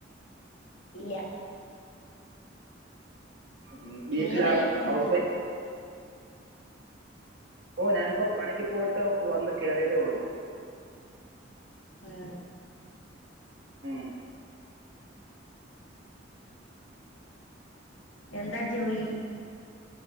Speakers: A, on the left; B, on the right.
A: ഇല്ല
B: ഉം, വീട്ടിലാ
A: നിങ്ങ വല്ല പോണ്ടോ
B: ഹൗസ് വൈഫ് ഓ നാൻപം പണിക്ക് പോയിട്ട് വന്ന് കേറിയതേ ഉള്ളൂ
A: ആഹ്
B: ഉം.
A: എന്താ ജോലി